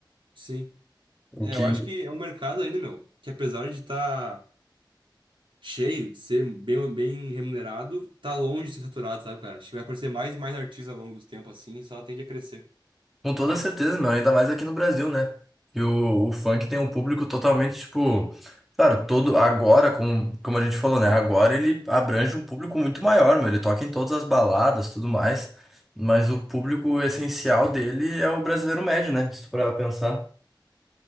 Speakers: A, on the right; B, in the centre.
A: Sim.
B: O
A: É,
B: que,
A: eu acho que é um mercado ainda, meu, que apesar de estar cheio, de ser bem, bem remunerado, tá longe de ser saturado, sabe, cara? Acho que vai aparecer mais e mais artistas ao longo dos tempos assim, e só tende a crescer.
B: com toda certeza, meu, ainda mais aqui no Brasil, né? E o, o funk tem um público totalmente, tipo. Claro, todo. Agora, como, como a gente falou, né? Agora ele abrange um público muito maior, meu. Ele toca em todas as baladas, tudo mais. Mas o público essencial dele é o brasileiro médio, né? Se tu parar pra pensar.